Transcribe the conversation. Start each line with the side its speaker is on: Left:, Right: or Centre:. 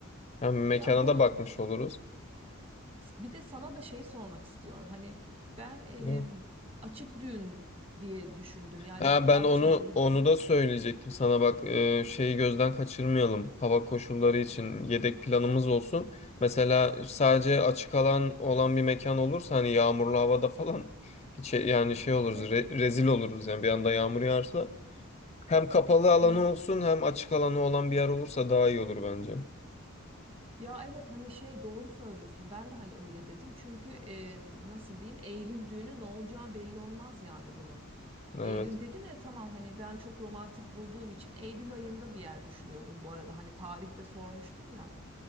Left: Hem mekana
Right: Ya bu
Left: da bakmış oluruz.
Right: bir de sana da şey sormak istiyorum. Hani ben em,
Left: Hı.
Right: açık düğün diye düşündüm. Yani
Left: Ha, ben
Right: bahçe
Left: onu
Right: düğünü.
Left: onu da söyleyecektim sana bak e, şeyi gözden kaçırmayalım hava koşulları için yedek planımız olsun. Mesela sadece açık alan olan bir mekan olursa hani yağmurlu havada falan <laughs> hiç, yani şey oluruz
Right: Evet.
Left: re- rezil oluruz yani bir anda yağmur yağarsa. Hem kapalı alanı
Right: Ya
Left: olsun hem açık alanı olan bir yer olursa daha iyi olur bence.
Right: Ya evet hani şey doğru söylüyorsun. Ben de hani öyle dedim. Çünkü e, nasıl diyeyim Eylül düğünü ne olacağı belli olmaz yani bunun.
Left: Evet.
Right: Eylül dedim ya tamam hani ben çok romantik bulduğum için Eylül ayında bir yer düşünüyordum bu arada. Hani tarihte sormuştun ya